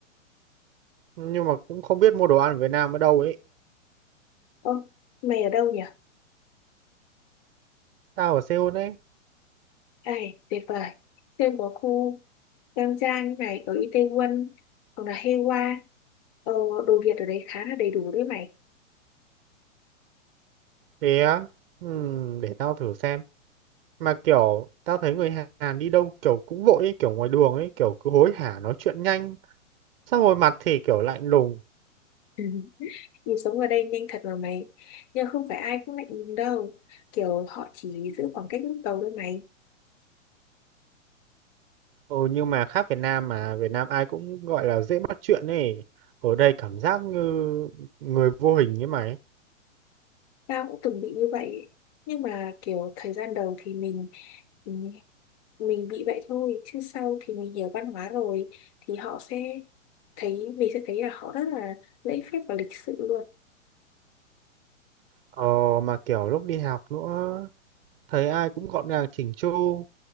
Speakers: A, on the right; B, on the left.
A: Nhưng mà cũng không biết mua đồ ăn ở Việt Nam ở đâu ấy.
B: Ô, mày ở đâu nhỉ
A: Tao ở Seoul ấy
B: Ê, tuyệt vời. Xem có khu Giang trang như này ở Itaewon hoặc là Heiwa. Ờ, đồ Việt ở đấy khá là đầy đủ đấy mày.
A: thế á ừ, để tao thử xem mà kiểu tao thấy người Hàn đi đâu kiểu cũng vội ấy, kiểu ngoài đường ấy kiểu cứ hối hả nói chuyện nhanh xong rồi mặt thì kiểu lạnh lùng
B: <laughs> Ừ, Nhịp sống ở đây nhanh thật mà mày. Nhưng không phải ai cũng lạnh lùng đâu. Kiểu họ chỉ giữ khoảng cách lúc đầu thôi mày.
A: ừ nhưng mà khác Việt Nam mà Việt Nam ai cũng gọi là dễ bắt chuyện ấy ở đây cảm giác như người vô hình ấy mày ấy.
B: Tao cũng từng bị như vậy. Nhưng mà kiểu thời gian đầu thì mình ừm, mình bị vậy thôi. Chứ sau thì mình hiểu văn hóa rồi thì họ sẽ thấy mình sẽ thấy là họ rất là lễ phép và lịch sự luôn
A: ờ mà kiểu lúc đi học nữa thấy ai cũng gọn gàng chỉnh chu